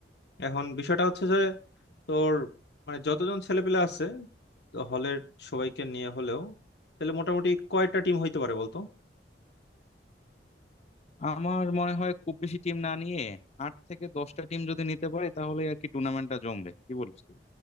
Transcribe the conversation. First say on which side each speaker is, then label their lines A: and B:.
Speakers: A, on the left; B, on the left.
A: এখন বিষয়টা হচ্ছে যে তোর মানে যতজন ছেলেপেলে আছে হলের সবাইকে নিয়ে হলেও তাহলে মোটামুটি কয়টা টিম হইতে পারে বলতো
B: আমার মনে হয় খুব বেশি টিম না নিয়ে আট থেকে দশটা টিম যদি নিতে পারে তাহলে আর কি টুর্নামেন্টটা জমবে কি বলিস তুই